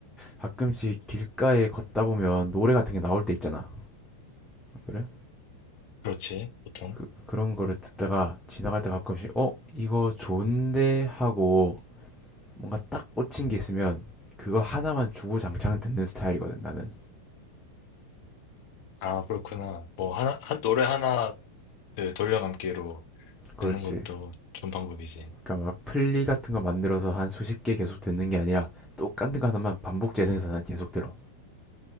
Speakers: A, in the centre; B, on the left (about 45°).
A: 가끔씩 길가에 걷다 보면 노래 같은 게 나올 때 있잖아. 그래?
B: 그렇지, 보통.
A: 그, 그런 거를 듣다가 지나갈 때 가끔씩 어, 이거 좋은데 하고 뭔가 딱 꽂힌 게 있으면 그거 하나만 주구장창 듣는 스타일이거든, 나는.
B: 아, 그렇구나. 뭐, 하나, 한 노래 하나 그 돌려감기로
A: 그렇지.
B: 듣는 것도 좋은 방법이지.
A: 그러니까 막 플리 같은 거 만들어서 한 수십 개 계속 듣는 게 아니라 똑같은 거 하나만 반복 재생해서 난 계속 들어.